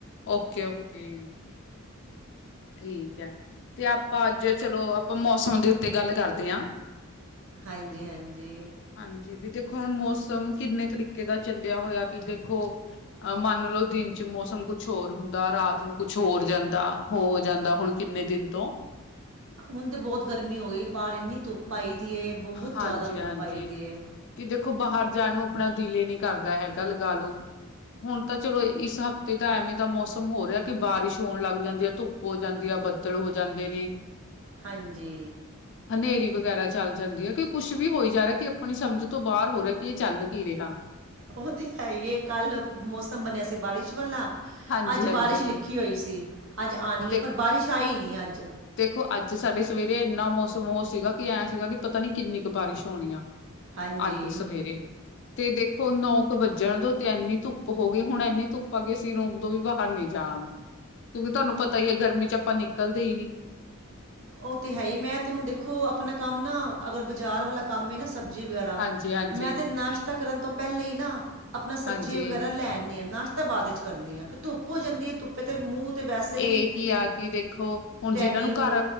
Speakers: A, on the left; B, on the right.
A: Okay -okay. ਠੀਕ ਹੈ, ਤੇ ਆਪਾਂ ਅੱਜ ਚਲੋ ਆਪਾਂ ਮੌਸਮ ਦੇ ਉੱਤੇ ਗੱਲ ਕਰਦੇ ਹਾਂ।
B: ਹਾਂਜੀ- ਹਾਂਜੀ।
A: ਹਾਂਜੀ, ਵੀ ਦੇਖੋ ਹੁਣ ਮੌਸਮ ਕਿੰਨੇ ਤਰੀਕੇ ਦਾ ਚੱਲਿਆ ਹੋਇਆ ਕਿ ਦੇਖੋ ਅ ਮੰਨ ਲਓ ਦਿਨ 'ਚ ਮੌਸਮ ਕੁਛ ਹੋਰ ਹੁੰਦਾ, ਰਾਤ ਨੂੰ ਕੁਛ ਹੋਰ ਜਾਂਦਾ। ਹੋ ਜਾਂਦਾ ਹੁਣ ਕਿੰਨੇ ਦਿਨ ਤੋਂ
B: ਹੁਣ ਤਾਂ ਬਹੁਤ ਗਰਮੀ ਹੋ ਗਈ, ਬਾਹਰ ਇੰਨੀ ਧੁੱਪ ਆਈ ਦੀ ਹੈ ਬਹੁਤ
A: ਹਾਂਜੀ
B: ਜ਼ਿਆਦਾ ਧੁੱਪ
A: ਹਾਂਜੀ
B: ਆਈ ਦੀ ਹੈ।
A: ਕਿ ਦੇਖੋ ਬਾਹਰ ਜਾਣ ਨੂੰ ਆਪਣਾ ਦਿਲ ਹੀ ਨਹੀਂ ਕਰਦਾ, ਹੈਗਾ ਲੱਗਾ ਲਓ। ਹੁਣ ਤਾਂ ਚਲੋ ਇਸ ਹਫ਼ਤੇ ਦਾ ਐਵੇਂ ਤਾਂ ਮੌਸਮ ਹੋ ਰਿਹਾ ਕਿ, ਬਾਰਿਸ਼ ਹੋਣ ਲੱਗ ਜਾਂਦੀ ਹੈ। ਧੁੱਪ ਹੋ ਜਾਂਦੀ ਆ, ਬੱਦਲ ਹੋ ਜਾਂਦੇ ਨੇ।
B: ਹਾਂਜੀ।
A: ਹਨੇਰੀ ਵਗੈਰਾ ਚੱਲ ਜਾਂਦੀ ਹੈ, ਕਿ ਕੁੱਛ ਵੀ ਹੋਈ ਜਾ ਰਿਹਾ ਕਿ ਆਪਣੀ ਸਮਝ ਤੋਂ ਬਾਹਰ ਹੋ ਰਿਹਾ ਕਿ ਇਹ ਚੱਲ ਕੀ ਰਿਹਾ
B: ਉਹ ਤੇ ਹੈ ਹੀ ਕੱਲ ਮੌਸਮ ਬਣਿਆ ਸੀ ਬਾਰਿਸ਼ ਵਾਲਾ,
A: ਹਾਂਜੀ
B: ਅੱਜ
A: ਹਾਂਜੀ
B: ਬਾਰਿਸ਼ ਲਿਖੀ ਔਖੀ ਹੋਈ ਸੀ, ਅੱਜ ਆਉਣੀ
A: ਤੇ
B: ਹੈ, ਪਰ ਬਾਰਿਸ਼ ਆਈ ਨਹੀਂ ਅੱਜ।
A: ਦੇਖੋ ਅੱਜ ਸਾਡੇ ਸਵੇਰੇ ਇੰਨਾ ਮੌਸਮ ਉਹ ਸੀਗਾ ਕਿ ਐਂ ਸੀਗਾ ਕਿ ਪਤਾ ਨੀ ਕਿੰਨੀ ਕੁ ਬਾਰਿਸ਼ ਹੋਣੀ ਆ।
B: ਹਾਂਜੀ।
A: ਅੱਜ ਸਵੇਰੇ ਤੇ ਦੇਖੋ ਨੌਕ ਵੱਜਣ ਤੋਂ ਤੇ ਐੰਨੀ ਧੁੱਪ ਹੋ ਗਈ, ਹੁਣ ਐੰਨੀ ਧੁੱਪ ਆ ਗਈ ਅਸੀਂ ਰੋਮ ਤੋਂ ਵੀ ਬਾਹਰ ਨਹੀਂ ਜ ਕਿਉਂਕਿ ਤੁਹਾਨੂੰ ਪਤਾ ਹੀ ਹੈ ਗਰਮੀ 'ਚ ਆਪਾਂ ਨਿਕਲਦੇ ਹੀ ਨੀ।
B: ਉਹ ਤੇ ਹੈ ਹੀ, ਮੈਂ ਤੇ ਹੁਣ ਦੇਖੋ ਆਪਣਾ ਕੰਮ ਨਾ ਅਗਰ ਬਾਜ਼ਾਰ ਵਾਲਾ ਕੰਮ ਨਾ ਸਬਜ਼ੀ ਵਗੈਰਾ
A: ਹਾਂਜੀ ਹਾਂਜੀ
B: ਮੈਂ ਤੇ ਨਾਸ਼ਤਾ ਕਰਨ ਤੋਂ ਪਹਿਲਾਂ ਹੀ ਨਾ, ਆਪਣਾ ਸਬਜ਼ੀਆਂ
A: ਹਾਂਜੀ
B: ਵਗੈਰਾ ਲੈਣਦੀ ਹਾਂ ਨਾਸ਼ਤਾ। ਤਾਂ ਬਾਅਦ ਵਿੱਚ ਕਰਨੀ ਹ, ਕਿ ਧੁੱਪ ਹੋ ਜਾਂਦੀ ਹੈ ਧੁੱਪੇ ਤੇ ਮੂੰਹ ਤੇ ਵੈਸੇ ਵੀ
A: ਇਹੀ ਆ ਕਿ ਦੇਖੋ, ਹੁਣ
B: ਟੈਨਿੰਗ
A: ਜਿਹਨਾਂ ਨੂੰ ਘਰ